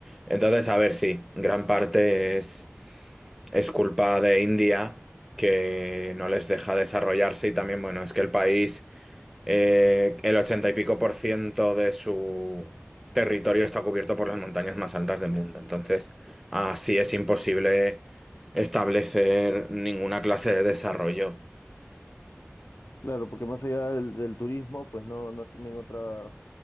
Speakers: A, in the centre; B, on the left.
A: Entonces, a ver, sí, gran parte es, es culpa de India que no les deja desarrollarse y también, bueno, es que el país eh, el ochenta y pico por ciento de su territorio está cubierto por las montañas más altas del mundo. Entonces, así es imposible establecer ninguna clase de desarrollo.
B: Claro, porque más allá del, del turismo, pues no, no tienen otra,